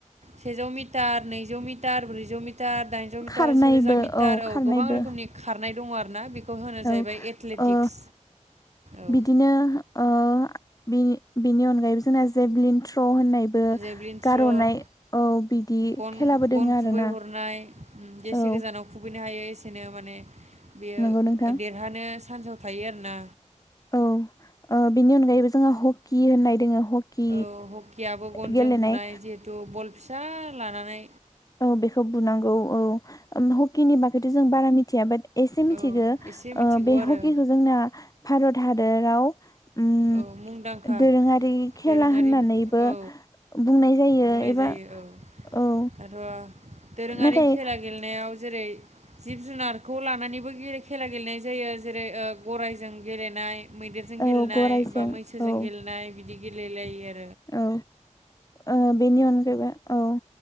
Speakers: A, on the right; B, on the left.
A: सेजौ मिटार नैजौ मिटार ब्रैजौ जिजौ मिटार दाइनजौ मिटार
B: खारनायबो
A: सेरोजा मिटार औ
B: खारनायबो
A: गोबां रोखोमनि खारनाय दङ आरो ना बेखौ होनो जाहैबाय
B: औ
A: एथलेटिक्स।
B: ओ
A: औ
B: बिदिनो ओ बेनि बेनि अनगायैबो जोंना जेभलिन थ्र' होननाय बो
A: जेभलिन थ्र'
B: गारहरनाय औ बिदि
A: गन
B: खेलाबो
A: गन
B: दोङो
A: खुबै
B: आरोना?
A: हरनाय जेसे
B: औ
A: गोजानाव खुबै नो हायो एसेनो माने बेयो
B: नंगौ नोंथां
A: देरहानो सान्स आव थायो आरो ना
B: औ ओ बिनि अनगायैबो जोंहा ह कि होननाय दोङो हकि
A: औ हकियाबो गनजों
B: गेलेनाय
A: बुनाय जिहेतु बल फि सा लानानै
B: औ बेखौ बुनांगौ औ हकिनि बागैथ' जों बारा मिथिया बाट एसे मिथिदो
A: औ एसे मिथिगौ
B: ओ बे
A: आरो
B: हकिखौ जोंना भारत हा दोराव ओम
A: औ मुंदांखा
B: दोरोङारि खेला
A: दोरोङारि
B: होननानैबो
A: औ
B: बुंनाय जायो
A: बुंनाय
B: एबा
A: जायो औ
B: औ
A: दाथ' दोरोङारि
B: नाथाय
A: खेला गेलेनायाव जेरै जिब जुनारखौ लानानै खारनानैबो खेला गेलेनाय जायो जेरै गरायजों गेलेनाय मैदेरजों गेलेनाय।
B: औ गरायजों
A: बा मैसोजों
B: औ
A: गेलेनाय बिदि। गेलेेलायो आ
B: औ ओ बेनि अनगायैबो औ।